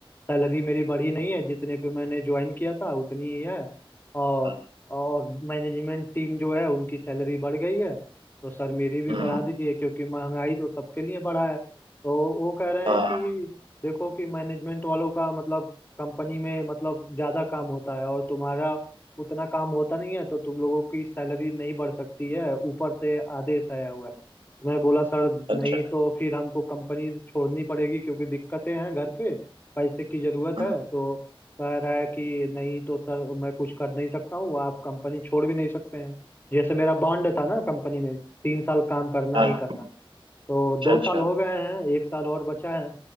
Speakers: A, on the left (about 20°); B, on the right (about 65°).
A: सैलरी मेरी बढ़ी नहीं है जितने पे मैंने ज्वाइन किया था उतनी ही है और
B: हाँ,
A: और मैनेजमेंट टीम जो है उनकी सैलरी बढ़ गई है तो सर मेरी भी
B: हम्म
A: बढ़ा दीजिए क्योंकि महंगाई तो सबके लिए बढ़ा है तो वो कह रहे
B: हाँ
A: हैं कि देखो कि मैनेजमेंट वालों का मतलब कंपनी में मतलब ज़्यादा काम होता है और तुम्हारा उतना काम होता नहीं है तो तुम लोगों की सैलरी नहीं बढ़ सकती है ऊपर से आदेश आया हुआ है मैं बोला सर
B: अच्छा
A: नहीं तो फिर हमको कंपनी छोड़नी पड़ेगी क्योंकि दिक्कतें हैं घर पे पैसे की जरूरत
B: हम्म,
A: है तो कह रहा है कि नहीं तो सर मैं कुछ कर नहीं सकता हूँ आप कंपनी छोड़ भी नहीं सकते हैं जैसे मेरा बॉन्ड था ना कंपनी में तीन साल काम करना
B: हाँ
A: ही करना तो
B: अच्छा
A: दो
B: अच्छा
A: साल हो गए हैं एक साल और बचा है